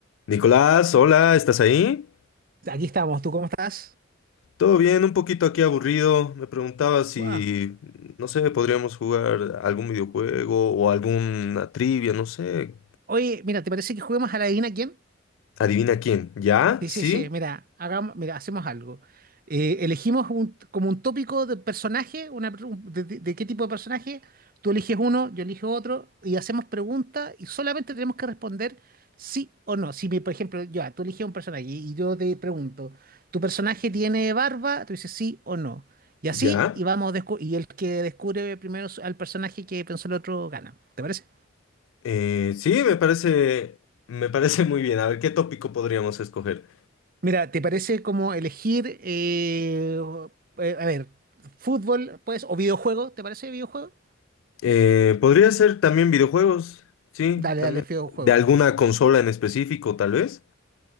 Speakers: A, on the left; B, on the right.
A: Nicolás, hola, ¿estás ahí?
B: Aquí estamos, ¿tú cómo estás?
A: Todo bien, un poquito aquí aburrido. Me preguntaba si,
B: Buah.
A: no sé, podríamos jugar algún videojuego o alguna trivia, no sé.
B: Oye, mira, ¿te parece que juguemos a la adivina quién?
A: Adivina quién. ¿Ya?
B: Sí,
A: ¿Sí?
B: sí, sí, mira, hagamos, mira, hacemos algo. Eh, elegimos un- como un tópico de personaje, una, pre- un- de, de- de qué tipo de personaje, tú eliges uno, yo elijo otro, y hacemos preguntas y solamente tenemos que responder sí o no. Si, me- por ejemplo, yo, ah, tú eliges un personaje y yo te pregunto, ¿tu personaje tiene barba? Tú dices sí o no. Y
A: ¿Ya?
B: así, y vamos, descu- y el que descubre primero su- al personaje que pensó el otro gana. ¿Te parece?
A: Eh, sí, me parece, me parece muy bien. A ver, ¿qué tópico podríamos escoger?
B: Mira, ¿te parece como elegir, eh, eh, a ver, fútbol, pues, o videojuego? ¿Te parece videojuego?
A: Eh, podría ser también videojuegos, sí,
B: Dale,
A: también.
B: dale, videojuego.
A: De alguna consola en específico, tal vez.